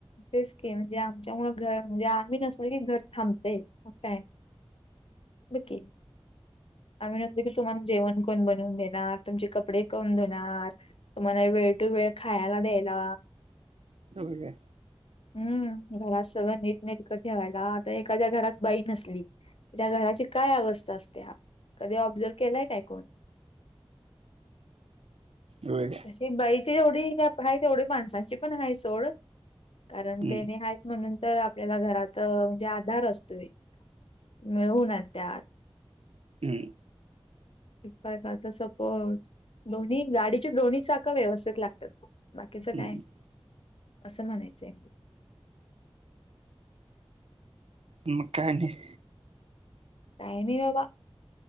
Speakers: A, on the left (about 70°); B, on the right (about 80°).
A: तेच की म्हणजे आमच्यामुळे घर म्हणजे आम्ही नसलं की घर थांबतय मग काय बघ की आम्ही नसलो की तुम्हाला जेवण कोण बनवून देणार तुमचे कपडे कोण धुणार तुम्हाला वेळ वेळेत खायला द्यायला..
B: होय काय
A: हम्म.. घरासा सगळं नीटनेटकं ठेवायला आता एखाद्या घरात बाई नसली तर ज्या घराची काय अवस्था असते. कधी ऑब्झर्व केलाय काय कोण
B: होय काय
A: तशी बाईची येवढी गॅप आहे तेवढी माणसाची पण हाय सोड कारण
B: हम्म
A: तेनी हायत म्हणून तर आपल्याला घरात म्हणजे आधार असतोय मिळवून आणत्यात.
B: हम्म.
A: एकमेकांचा सपोर्ट दोन्ही गाडीची दोन्ही चाकं व्यवस्थित लागतात. बाकीच
B: हम्म
A: काय? असं म्हणायचंय.
B: मग काय नाय.
A: काय नाही बाबा